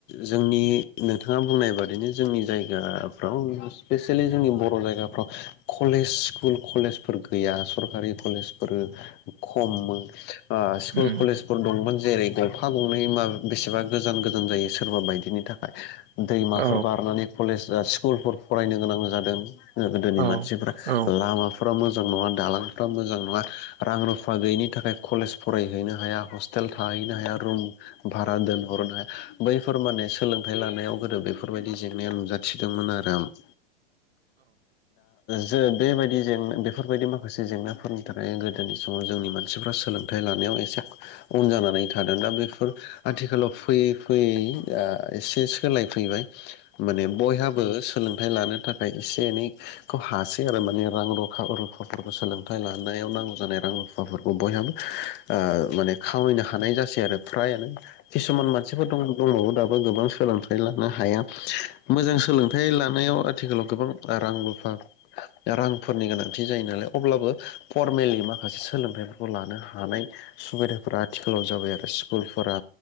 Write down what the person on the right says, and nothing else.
उम
औ
औ
औ औ नंगौ औ उम औ